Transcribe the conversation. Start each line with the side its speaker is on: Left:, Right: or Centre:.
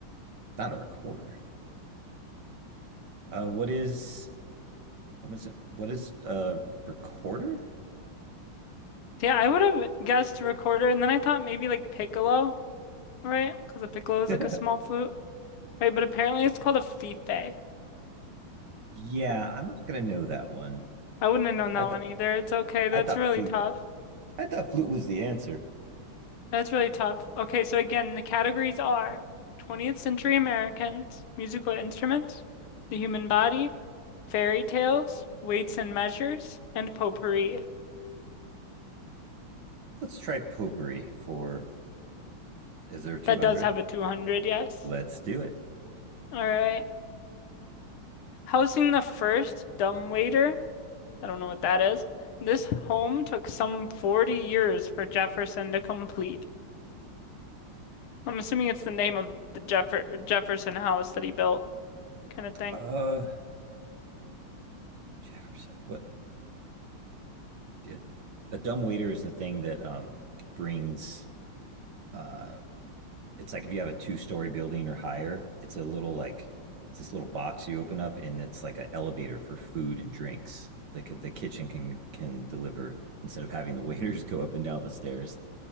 Right: not a recorder. Uh, what is, I'm gonna say, what is a recorder?
Left: Yeah, I would have guessed recorder, and then I thought maybe like piccolo, right? Because a piccolo is
Right: <laughs>
Left: like a small flute, right? But apparently it's called a fife.
Right: Yeah, I'm not gonna know that one.
Left: I wouldn't have known that
Right: I th
Left: one either. It's okay. That's
Right: I thought
Left: really
Right: flute.
Left: tough.
Right: I thought flute was the answer.
Left: That's really tough. Okay, so again, the categories are 20th century Americans, musical instruments, the human body, fairy tales, weights and measures, and potpourri.
Right: <laughs> Let's try potpourri for, is there 200?
Left: That does have a 200, yes.
Right: Let's do it.
Left: All right. Housing the first dumb waiter. I don't know what that is. This home took some 40 years for Jefferson to complete. I'm assuming it's the name of the Jeff Jefferson house that he built, kind of thing.
Right: Uh, Jefferson. What? It, a dumb waiter is the thing that um brings. Uh, it's like if you have a two-story building or higher, it's a little like it's this little box you open up, and it's like an elevator for food and drinks. The the kitchen can can deliver instead of having the <laughs> waiters go up and down the stairs.